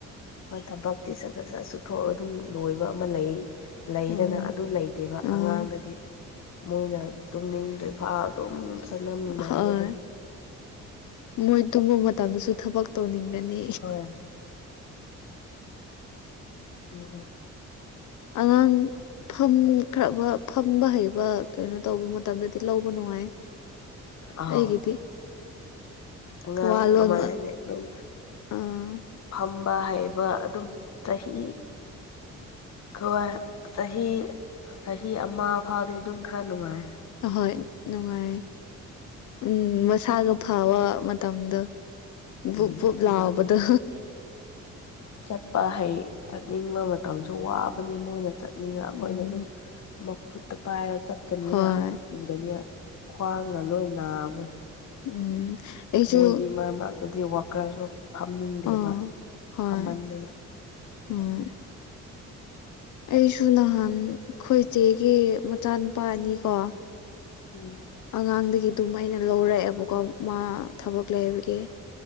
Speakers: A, on the left; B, on the left.
A: ꯍꯣꯏ ꯊꯕꯛ ꯇꯤ ꯁꯠ ꯁꯠ ꯁꯠ ꯁꯨꯊꯣꯛꯑꯒ ꯑꯗꯨꯝ ꯂꯣꯏꯕ ꯑꯃ ꯂꯩ ꯂꯩꯗꯅ
B: ꯎꯝ
A: ꯑꯗꯨ ꯂꯩꯇꯦꯕ
B: ꯎꯝ
A: ꯑꯉꯥꯡꯗꯗꯤ ꯃꯣꯏꯅ ꯇꯨꯝꯅꯤꯡꯗꯔꯤꯐꯥꯎ ꯑꯗꯨꯝ ꯁꯥꯅꯃꯤꯟꯅꯔꯒ
B: ꯍꯣꯏ
A: ꯑꯗꯨꯝ
B: ꯃꯣꯏ ꯇꯨꯝꯕ ꯃꯇꯝꯗꯁꯨ ꯊꯕꯛ ꯇꯧꯅꯤꯡꯒꯅꯤ
A: ꯍꯣꯏ ꯑꯗꯨꯅꯦ <inaudible>
B: ꯑꯉꯥꯡ ꯐꯝ ꯈ꯭ꯔꯕ ꯐꯝꯕ ꯍꯩꯕ ꯀꯩꯅꯣ ꯇꯧꯕ ꯃꯇꯝꯗꯗꯤ ꯂꯧꯕ ꯅꯨꯡꯉꯥꯏ
A: ꯑꯥꯎ
B: ꯑꯩꯒꯤꯗꯤ
A: ꯑꯉꯥꯡ
B: ꯋꯥ ꯂꯣꯟꯕ
A: ꯀꯃꯥꯏ ꯍꯥꯏꯅꯤ ꯑꯗꯨꯝ
B: ꯑꯥ
A: ꯐꯝꯕ ꯍꯩꯕ ꯑꯗꯨꯝ ꯆꯍꯤ ꯍꯣꯏ ꯆꯍꯤ ꯆꯍꯤ ꯑꯃ ꯐꯥꯎꯗꯤ ꯑꯗꯨꯝ ꯈꯔ ꯅꯨꯡꯉꯥꯏ
B: ꯑꯍꯣꯏ ꯅꯨꯡꯉꯥꯏ ꯎꯝ ꯃꯁꯥꯒ ꯐꯕ ꯃ ꯇꯝꯗꯣ
A: ꯎꯝ
B: ꯕꯨꯛ ꯕꯨꯛ
A: ꯑꯗꯨꯒ
B: ꯂꯥꯎꯕꯗꯣ
A: ꯆꯠꯄ ꯍꯩ ꯆꯠꯅꯤꯡꯕ ꯃꯇꯝꯁꯨ ꯋꯥꯕꯅꯦ ꯃꯣꯏꯅ ꯆꯠꯅꯤꯡꯉ ꯑꯩꯈꯣꯏꯅ
B: ꯎꯝ
A: ꯑꯗꯨꯝ ꯃꯈꯨꯠꯇ ꯄꯥꯏꯔ ꯆꯠꯀꯅꯤꯅ
B: ꯍꯣꯏ
A: ꯑꯗꯒꯤ ꯈ꯭ꯋꯥꯡꯒ ꯂꯣꯏ ꯅꯥꯕꯨ
B: ꯎꯝ ꯑꯩꯁꯨ
A: ꯃꯣꯏꯗꯤ ꯃꯔꯛ ꯃꯔꯛꯇꯗꯤ ꯋꯥꯀꯔꯁꯨ ꯐꯝꯅꯤꯡꯗꯦꯕ
B: ꯑꯥ ꯍꯣꯏ
A: ꯐꯝꯃꯟꯗꯅ
B: ꯎꯝ ꯑꯩꯁꯨ ꯅꯍꯥꯟ ꯑꯈꯣꯏ ꯆꯦꯒꯤ ꯃꯆꯥꯅꯨꯄꯥ ꯑꯅꯤꯀꯣ
A: ꯎꯝ
B: ꯑꯉꯥꯡꯗꯒꯤ ꯗꯨꯝ ꯑꯩꯅ ꯂꯧꯔꯛꯑꯦꯕꯀꯣ ꯃꯥ ꯊꯕꯛ ꯂꯩꯕꯒꯤ